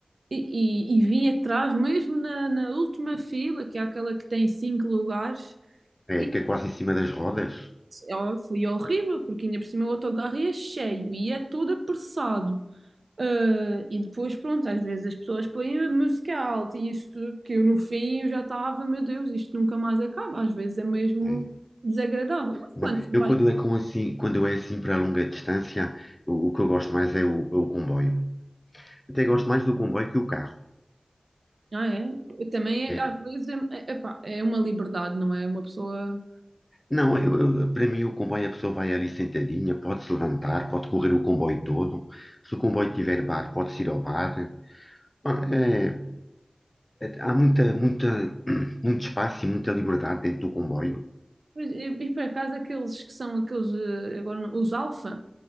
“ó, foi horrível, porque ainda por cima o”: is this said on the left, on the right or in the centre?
Right